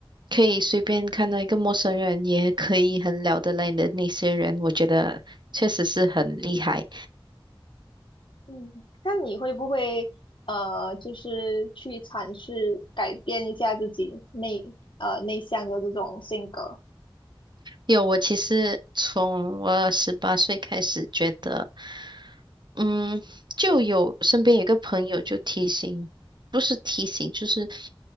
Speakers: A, on the right (about 55°); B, on the left (about 65°).
A: 可以随便看到一个陌生人，也可以很聊得来的那些人，我觉得确实是很厉害。
B: 嗯，那你会不会呃就是去尝试改变一下自己内呃内向的这种性格？
A: 有，我其实从我十八岁开始觉得。嗯，就有身边有个朋友就提醒，不是提醒，就是